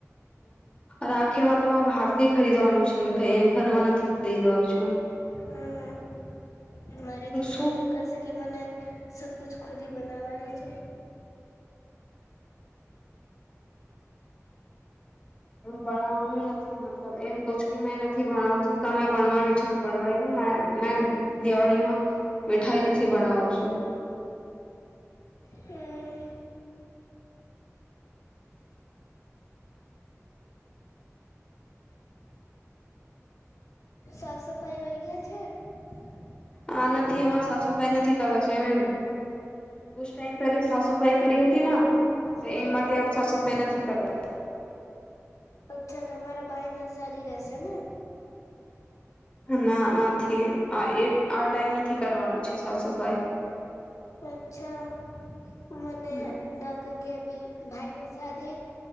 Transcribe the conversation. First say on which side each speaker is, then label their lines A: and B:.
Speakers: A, on the left (about 20°); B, on the left (about 80°).
A: રાખીમાં તો મેં બહાર થી ખરીદવાનું છે મીઠાઈ ઘરમાં નથી ખરીદવા આવ છું.
B: હમ મારી દીકરી
A: શું
B: તો કેશે કે મને સબકુછ ખુદ હી બનાવવાનું છે.
A: એમ બણાવુંય નથી મતલબ એમ કહું છું કે મેં નથી બણાવ છુ તમે બણવાની છે તો બણવાઈ દો મે દિવાળીમાં મીઠાઈ નથી બણાવું છુ.
B: હમ સાફ સફાઈ હોય ગયા છે. <unintelligible>
A: આ નથી એમાં સાફ સફાઈ નથી કરવા જોઈએ એમ કુછ ટાઈમ પહેલે સાફ સફાઈ કરી હતી ના. તો
B: હમ
A: એમ માટે અબ સાફ સફાઈ નથી કરવાનું.
B: અચ્છા તમારા ભાઈને સારી રેહેશે ને.
A: ના નથી આ એ આ ટાઈમ નથી કરવાનું છે સાફ સફાઈ.
B: અચ્છા મને
A: હમ
B: લાગે કે અભી ભાઈનું શાદી